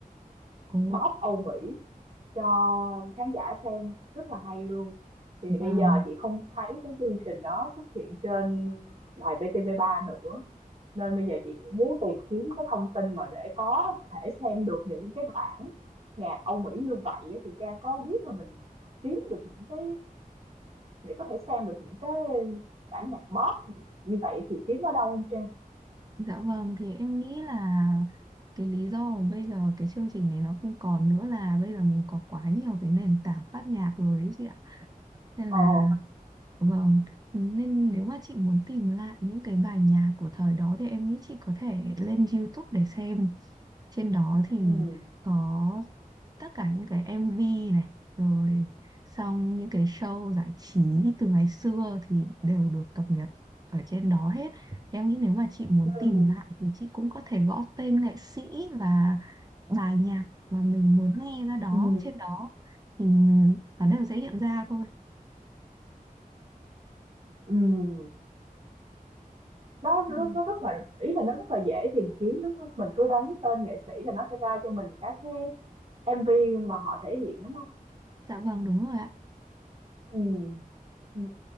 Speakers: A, on the right; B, on the right.
A: Ồ,
B: pop Âu Mỹ cho khán giả xem, rất là hay luôn. Thì
A: vâng.
B: bây giờ chị không thấy cái chương trình đó xuất hiện trên đài VTV3 nữa, nên bây giờ chị cũng muốn tìm kiếm cái thông tin mà để có thể xem được những cái bản nhạc Âu Mỹ như vậy thì Trang có biết là mình kiếm được những cái để có thể xem được những cái bản nhạc pop như vậy thì kiếm ở đâu không Trang?
A: Dạ vâng thì em nghĩ là cái lý do mà bây giờ cái chương trình này nó không còn nữa là bây giờ mình có quá nhiều cái nền tảng phát nhạc rồi ấy chị ạ. Nên là
B: Ồ.
A: Vâng, nên nếu mà chị muốn tìm lại những cái bài nhạc của thời đó thì em nghĩ chị có thể lên YouTube để xem. Trên đó thì
B: Ừ.
A: có tất cả những cái MV này, rồi xong những cái show giải trí từ ngày xưa thì đều được cập nhật ở trên đó hết. Thì em nghĩ nếu mà chị muốn
B: Ừ.
A: tìm lại thì chị cũng có thể gõ tên nghệ sĩ và bài nhạc mà mình muốn nghe ra đó
B: Ừ.
A: trên đó thì nó đều sẽ hiện ra thôi.
B: Ừ. Nó
A: Ừ.
B: nó nó rất là ý là nó rất là dễ tìm kiếm, đúng không Mình cứ đánh tên nghệ sĩ là nó sẽ ra cho mình các cái MV mà họ thể hiện, đúng không
A: Dạ vâng, đúng rồi ạ.
B: ừ ừ